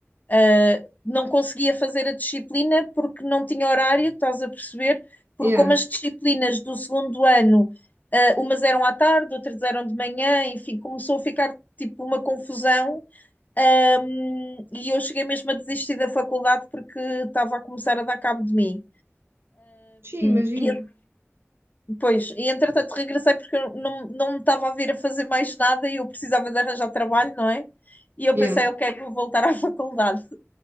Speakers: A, on the left; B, on the right.
A: ah, não conseguia fazer a disciplina porque não tinha horário, estás a perceber? Porque,
B: Yeah.
A: como as disciplinas do segundo ano, ah, umas eram à tarde, outras eram de manhã, enfim, começou a ficar tipo uma confusão um, e eu cheguei mesmo a desistir da faculdade porque estava a começar a dar cabo de mim.
B: Sim, imagino.
A: E, pois, e entretanto regressei porque eu não, não me estava a vir a fazer mais nada e eu precisava de arranjar trabalho, não é? E eu
B: Yeah.
A: pensei, ok, vou voltar à <laughs> faculdade.